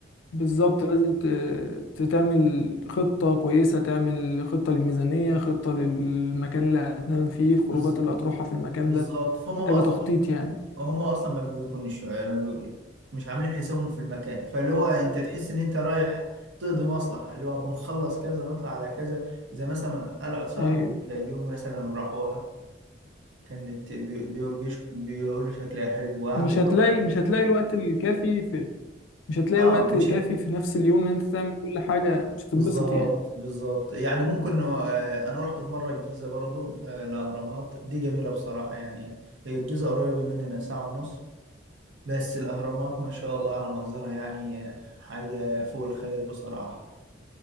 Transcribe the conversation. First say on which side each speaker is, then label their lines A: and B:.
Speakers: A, on the left; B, on the right.
A: بالظبط لازم ت- تعمل خطة كويسة تعمل خطة للميزانية خطة للمكان اللي هتنام فيه الخروجات
B: بالظ-
A: اللي هتروحها في المكان
B: بالظبط
A: ده
B: فهم
A: محتاجة
B: بقى اصلا
A: تخطيط يعني
B: هم اصلا ما بيكونش ما بي... مش عاملين حسابهم في المكان فاللي هو انت تحس ان انت رايح تقضي مصلحه اللي هو بنخلص كذا نطلع على كذا زي مثلا قلعه صلاح
A: أيوة
B: الدين الايوبي مثلا راحوها كانت بي... بي... بيش... بيقولوا شكلها حلو وقعدوا
A: مش هتلاقي
B: شويه
A: مش هتلاقي الوقت الكافي في مش هتلاقي
B: اه
A: وقت
B: مش
A: كافي في نفس اليوم إن أنت تعمل كل حاجة مش هتتبسط
B: بالظبط
A: يعني
B: بالظبط يعني ممكن آه، انا رحت في مره الجيزه برضو آه، الاهرامات دي جميله بصراحه يعني هي الجيزه قريبه مننا ساعه ونص بس الاهرامات ما شاء الله على منظرها يعني آه، حاجه فوق الخيال بصراحه